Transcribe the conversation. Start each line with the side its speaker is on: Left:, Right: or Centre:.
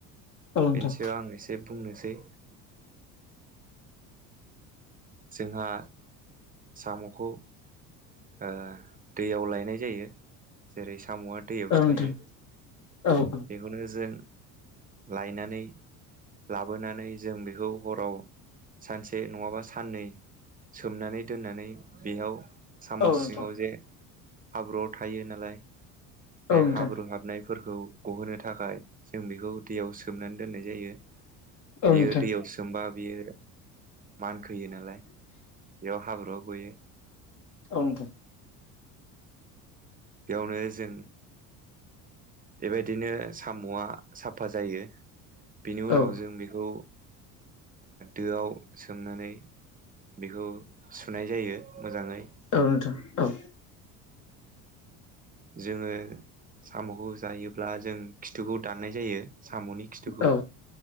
Left: औ नोंथां
Right: बेनि सायाव आं एसे बुंनोसै जोंहा साम'खौ ओ दैयाव लायनाय जायो जेरै साम'आ दैयावसो
Left: औ नोंथां
Right: थायो
Left: औ औ
Right: बेखौनो जों लायनानै लाबोनानै जों बेखौ हराव सानसे नङाबा साननै सोमनानै दोननानै बेयाव साम'
Left: औ नोंथां
Right: सिङाव जे हाब्रुआव थायो नालाय बे
Left: औ नोंथां
Right: हाब्रु हाबनाय फोरखौ गहोनो थाखाय जों बेखौ दैयाव सोमनानै दोननाय जायो
Left: औ
Right: बेयो
Left: नोंथां
Right: दैयाव सोमबा बियो मानखोयो नालाय बेयाव हाब्रुआ गयो
Left: औ नोंथां
Right: बेयावनो जों बेबायदिनो साम'आ साफा जायो बिनि उनाव
Left: औ
Right: जों बेखौ दोआव सोमनानै बेखौ सुनाय जायो मोजाङै
Left: औ नोंथां औ
Right: जोङो साम'खौ जायोब्ला जों खिथुखौ दाननाय जायो। साम'नि खिथुखौ
Left: औ